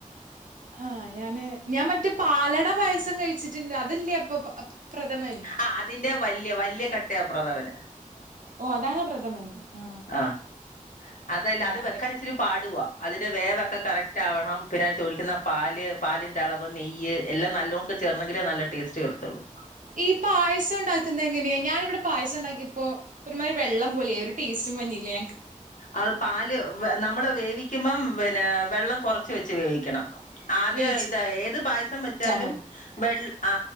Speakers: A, on the right; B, on the left.
A: ആഹ ഞാന് ഞാൻ മറ്റ പാലട പായസം കഴിച്ചിട്ടുണ്ട് അതല്ലേ അപ്പൊ പ- പ്രഥമൻ
B: ആ അതിന്റെ വലിയ വലയ കട്ട പ പ്രാതാാവന്
A: ഓ അതാാണ് പ്രഥമൻ ആ
B: ആഹ അതല്ല
A: ഞാ-
B: അത് വെക്കാൻ ഇച്ചിരി പാടുവാ അതിന്റെ വേവൊക്കെ കറക്റ്റ് ആവണം പിന്നെ അതിന് തൊഴിക്കുന്ന പാല് പാലിൻന്റെ അളവ് നെയ്യ് എല്ലാം നല്ല നോുക്ക് ചേർന്നെങ്കിലേ നല്ല ടേസ്റ്റ് എടുത്തുള്ളു
A: ഈ പായസം ഉണ്ടാക്കുന്ന എങ്ങനെയാ ഞാാന ഇവിടെ പായസം ഉണ്ടാക്കിയപ്പോൊ ഒരുമാതിരി വെള്ളം പോലെ ഒരു ടേസ്റ്റും മഞ്ഞില്ലേ
B: ആ പാല് നമ്മള് വേവിക്കുമ്പം പിന്ന വെള്ളം കുറച്ച് വെച്ച് ഉപയോഗിക്കണം ആദ്യം
A: വേവിച്ചാ
B: ഇതാ ഏത് പായസം വെച്ചാലും
A: മതി
B: വെ ആ